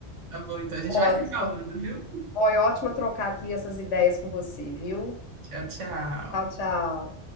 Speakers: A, on the right (about 80°); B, on the left (about 75°).
A: Tá bom, então a gente
B: Ótima.
A: vai se falando, viu?
B: Foi ótimo trocar aqui essas ideias com você, viu?
A: Tchau, tchau.
B: Tchau, tchau.